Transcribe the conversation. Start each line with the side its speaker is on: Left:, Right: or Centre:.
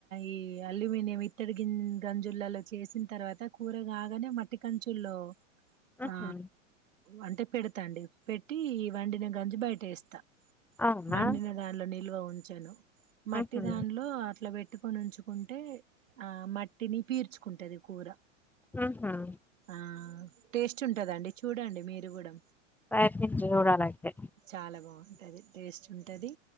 Right: ఈ అల్యూమినియం ఇత్తడి గ గంజులలో చేసిన తర్వాత కూర కాగానే మట్టి కంచుల్లో
Centre: ఆహా
Right: ఆ అంటే పెడతాండి పెట్టి వండిన గంజి బయటేస్తా
Centre: అవునా
Right: వండిన దానిలో నిల్వ ఉన్ చను మట్టి
Centre: ఉహు
Right: దానిలో అట్లా పెట్ ట్టుకొనించుకుంటే ఆ మట్టిని పీర్చుకుంటది కూర
Centre: మ్మ్ హ్మ్
Right: ఆ టేస్ట్ ఉంటదండి చూడండి మీరు కూడా
Centre: ప్రయత్నించి చూడాల అయితే
Right: చాలా బాగుంటది టేస్ట్ ఉంటది